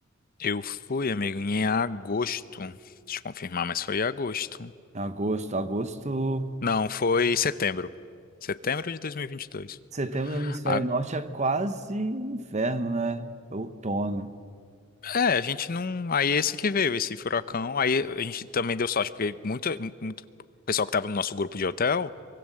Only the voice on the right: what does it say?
Em agosto, agosto,
setembro no hemisfério
norte é quase inverno, né? Outono.